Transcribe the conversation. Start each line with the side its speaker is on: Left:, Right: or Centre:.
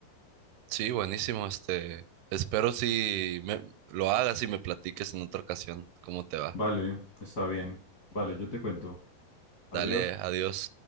Right: Sí, buenísimo, este, espero si me, lo hagas y me platiques en otra ocasión cómo te va.
Left: Vale, está bien. Vale, yo te cuento. Adiós.
Right: Dale, adiós.